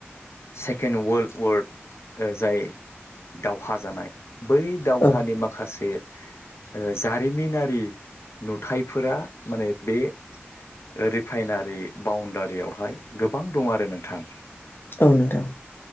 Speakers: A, on the left (about 80°); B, on the left (about 55°).
A: सेकेण्ड वर्ल्ड वार ओ जाय दावहा जानाय बै दावहानि
B: औ
A: माखा से ओ जारिमिनारि नुथायफोरा माने बे ओ रिफाइनारि बाउण्डारियावहाय गोबां दं आरो नोंथां।
B: औ नोंथां।